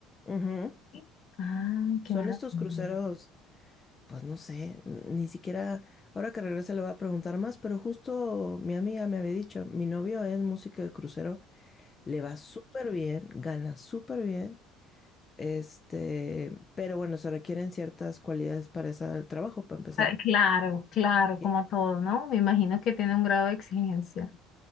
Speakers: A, on the left (about 25°); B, on the left (about 55°).
A: Ujú.
B: Sí. Ay, qué
A: Son
B: maravilla.
A: estos cruceros, pues no sé, n- ni siquiera, ahora que regrese le voy a preguntar más, pero justo mi amiga me había dicho, mi novio es músico de crucero, le va súper bien, gana súper bien, este, pero bueno, se requieren ciertas cualidades para ese trabajo, para empezar,
B: Ah, Claro, claro,
A: que,
B: como todo, ¿no? Me imagino que tiene un grado de exigencia.